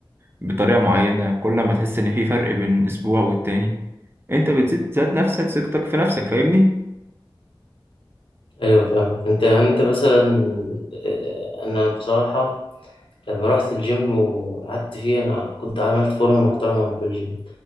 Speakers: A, on the right; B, on the left.
A: بطريقه معينه كل ما تحس ان في فرق بين اسبوع والتاني انت بتزيد ذات نفسك ثقتك في نفسك فاهمني
B: أيوه فاهم أنت يعني أنت مثلا آه، أنا بصراحة لما رحت الجيم وقعدت فيه أنا كنت عملت فورمة محترمة وأنا في الجيم